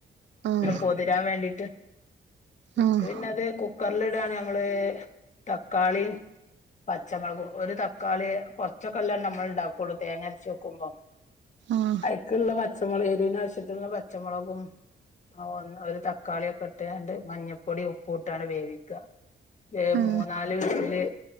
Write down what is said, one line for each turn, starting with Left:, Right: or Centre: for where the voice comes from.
Right: ആഹ്
Left: പൊതിരാൻ വേണ്ടിട്ട് ന്നിട്ട്
Right: ആഹ്
Left: പിന്നെത് കുക്കറിലിടാണ് ഞമ്മള് തക്കാളീം പച്ചമൊളകും ഒരു തക്കാളി കുറച്ചൊക്കെല്ലേ നമ്മള് ഉണ്ടാക്കുള്ളൂ തേങ്ങ അരച്ച് ട്ട് വെക്കുമ്പോ
Right: ആഹ്
Left: അയ്ക്കുള്ള പച്ചമുളക് എരുവിന് ആവശ്യത്തിനുള്ള പച്ചമുളകും ആ ഒന്ന് ഒരു തക്കാളിയൊക്കെ ഇട്ട്ങ്ങാണ്ട് മഞ്ഞപ്പൊടി ഉപ്പും ഇട്ടാണ് വേവിക്ക ഏ
Right: ആഹ്
Left: മൂന്നാല് വിസില്